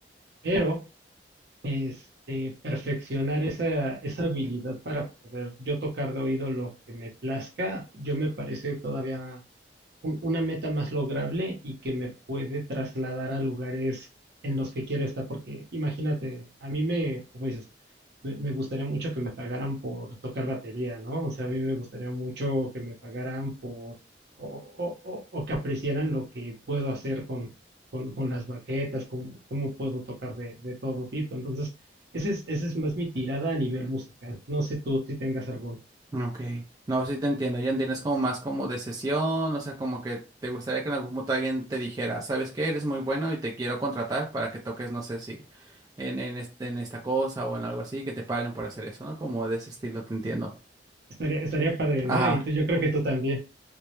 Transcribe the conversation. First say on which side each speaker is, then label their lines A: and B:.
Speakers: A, on the right; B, on the right.
A: pero este, perfeccionar esa, esa habilidad para poder yo tocar de oído lo que me plazca, yo me parece todavía un- una meta más lograble y que me puede trasladar a lugares en los que quiera estar, porque imagínate, a mí me, como dices, me, me gustaría mucho que me pagaran por tocar batería, ¿no? O sea, a mí me gustaría mucho que me pagaran por, o, o- o- o que apreciaran lo que puedo hacer con, con, con las baquetas, cómo, cómo puedo tocar de, de todo tipo. Entonces, ese es, esa es más mi tirada a nivel musical. No sé tú si tengas alguno.
B: Ok. No, sí te entiendo. Ya entiendes como más como de sesión, o sea, como que te gustaría que en algún punto alguien te dijera, ¿sabes qué? Eres muy bueno y te quiero contratar para que toques, no sé si en, en, este, en esta cosa o en algo así, que te paguen por hacer eso, ¿no? Como de ese estilo, te entiendo.
A: Estaría, estaría padre,
B: Ajá.
A: ¿no? Y tú, yo creo que tú también.